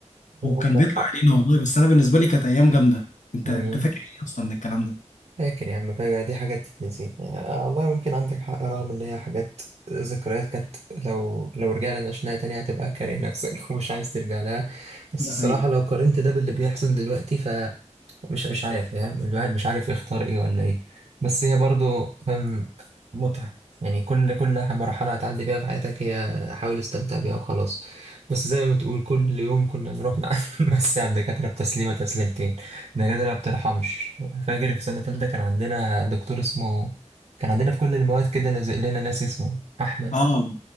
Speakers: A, on the left (about 80°); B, on the right (about 55°).
A: وكان
B: عندك
A: بيطلع
B: حق
A: علينا والله بس انا بالنسبه لي كانت ايام جامده انت
B: يعني
A: انت فاكر ايه اصلا من الكلام ده
B: فاكر يا عم فاكر دي حاجات تتنسي يعني آه والله ممكن عندك حق رغم ان هي حاجات ذكريات كانت لو لو رجعنا نعيشناها تاني هتبقى كاره نفسك <laughs> ومش عايز ترجع لها بس
A: ده
B: الصراحة
A: حقيقي
B: لو قارنت ده باللي بيحصل دلوقتي مش مش عارف فاهم الواحد مش عارف يختار ايه ولا ايه بس هي برضو فاهم متعة يعني كل كل مرحلة هتعدي فيها في حياتك هي حاول استمتع بيها وخلاص بس زي ما بتقول كل يوم كنا نروح نع- <laughs> نمسي على الدكاترة بتسليمة تسليمتين الدكاترة ما بترحمش فاكر في سنة تالتة كان عندنا دكتور اسمه كان عندنا في كل المواد كده لازق لنا ناس اسمه أحمد
A: اه